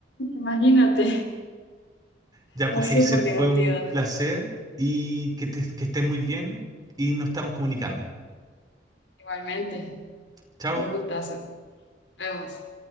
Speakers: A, on the left; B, on the right.
A: Imagínate,
B: Ya
A: fue
B: pues,
A: súper
B: Heiser, fue
A: divertido.
B: un placer y que, te- que estés muy bien y nos estamos comunicando.
A: Igualmente,
B: Chao.
A: un gustazo. Vemos.